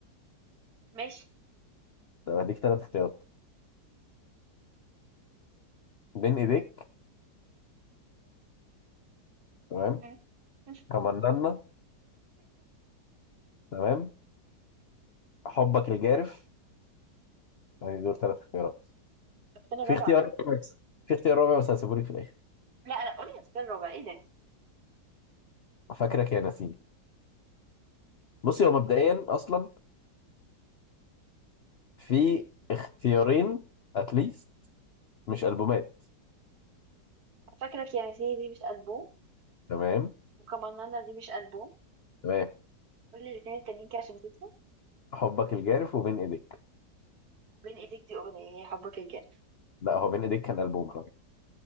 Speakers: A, on the right (about 60°); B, on the left (about 60°).
A: ماشي
B: طب هديك ثلاث اختيارات بين ايديك تمام
A: مم. <laughs>
B: كمننا تمام حبك الجارف يعني دول ثلاث اختيارات
A: السنة
B: في
A: الرابعة
B: اختيار كويس. في اختيار رابع بس هسيبهولك في الاخر
A: لا لا قولي السنة الرابعة إيه ده
B: فاكرك يا نسيني بصي هو مبدئيا اصلا في اختيارين اتليست مش البومات
A: فاكرك يا نسيني دي مش ألبوم
B: تمام
A: وكمانانا دي مش ألبوم
B: تمام
A: قولي الاتنين التانيين كده عشان نسيتهم
B: حبك الجارف وبين ايديك
A: وبين إيدك دي أغنية هي حبك الجارف
B: لا هو بين ايديك كان البوم على فكره